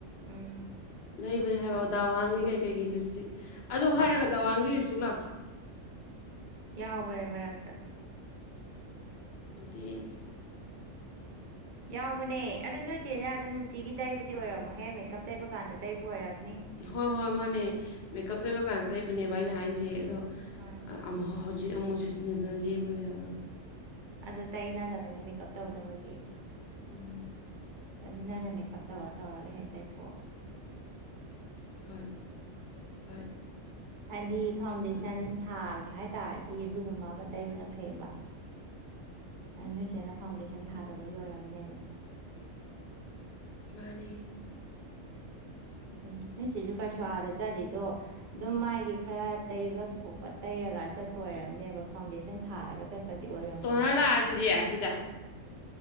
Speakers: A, on the right (about 55°); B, on the left (about 60°).
A: ꯎꯝ
B: ꯂꯩꯕꯅꯦ ꯍꯥꯏꯕ ꯗꯥꯋꯥꯡꯒꯤ ꯀꯩꯀꯩꯒꯤ ꯂꯤꯞꯁꯇꯤꯛ ꯑꯗꯨ ꯍꯥꯏꯔꯒ ꯗꯥꯋꯥꯡꯒꯤ ꯂꯤꯞꯁꯇꯤꯛ ꯂꯥꯛꯇ꯭ꯔꯣ <inaudible>
A: ꯌꯥꯎꯕꯅꯦ ꯃꯔꯛꯇ
B: ꯑꯃꯇ ꯌꯦꯡꯒꯦ
A: ꯌꯥꯎꯕꯅꯦ ꯑꯗꯨ ꯅꯣꯏ ꯏꯆꯦꯅ ꯑꯗꯨꯝ ꯅꯨꯡꯇꯤꯒꯤ ꯇꯥꯏꯕꯗꯤ ꯑꯣꯏꯔꯝꯃꯣꯏ ꯍꯦ ꯃꯦ ꯀꯞ ꯇꯩꯕ ꯀꯥꯟꯗ ꯇꯩꯕ ꯑꯣꯏꯔꯝꯅꯤ
B: ꯍꯣꯏ ꯍꯣꯏ ꯃꯥꯅꯦ ꯃꯦꯀꯞ ꯇꯩꯕ ꯀꯥꯟꯗ ꯇꯩꯕꯅꯦꯕ ꯑꯩꯅ ꯍꯥꯏꯁꯦ ꯑꯗꯣ
A: ꯃꯥꯅꯦ
B: ꯑꯃꯨꯛ ꯍꯧ ꯍꯧꯖꯤꯛ ꯑꯃꯨꯛ ꯁꯤꯖꯤꯟꯅꯗꯅ ꯂꯦꯝꯃ ꯂꯩꯍꯧꯔꯝ꯫
A: ꯑꯗꯨ ꯇꯩꯅꯗꯕ ꯑꯩꯅ ꯃꯦꯀꯞ ꯇꯧꯗꯕꯒꯤ
B: ꯎꯝ
A: ꯑꯗꯨ ꯅꯪꯅ ꯃꯦꯀꯞ ꯇꯧꯔ ꯇꯧꯔꯒ ꯍꯦꯛ ꯇꯩꯊꯣꯛꯑꯣ
B: ꯍꯣꯏ ꯍꯣꯏ
A: ꯍꯥꯏꯗꯤ ꯐꯥꯎꯟꯗꯦꯁꯟ
B: ꯑꯗꯨꯝ
A: ꯊꯥꯒꯦ ꯍꯥꯏ ꯇꯥꯔꯗꯤ ꯑꯗꯨꯒꯨꯝꯕ ꯑꯃ ꯇꯩꯕꯅ ꯐꯩꯌꯦꯕ ꯅꯣꯏꯁꯤꯦꯅ ꯐꯥꯎꯟꯗꯦꯁꯟ ꯊꯥꯗꯕꯒꯤ ꯑꯣꯏꯔꯝꯅꯦꯕ
B: ꯃꯥꯅꯤ
A: ꯑꯗꯨ ꯅꯣꯏꯁꯤꯁꯨ ꯀꯩꯁꯨ ꯑꯥꯗ ꯆꯠꯂꯤꯗꯣ ꯑꯗꯨꯝ ꯃꯥꯥꯏꯒꯤ ꯈꯔ ꯇꯩꯐꯝ ꯊꯣꯛꯄ ꯇꯩꯔ ꯄꯔꯀꯥꯟ ꯆꯠꯄ ꯑꯣꯏꯔꯝꯅꯦꯕ ꯐꯥꯎꯟꯗꯦꯁꯟ ꯊꯥꯔꯒ ꯆꯠꯄ ꯇꯗꯤ ꯑꯣꯏꯔꯝꯃꯣꯏꯕ
B: ꯇꯣꯅꯔ ꯂꯥꯛꯑꯁꯤꯗꯤ ꯑꯁꯤꯗ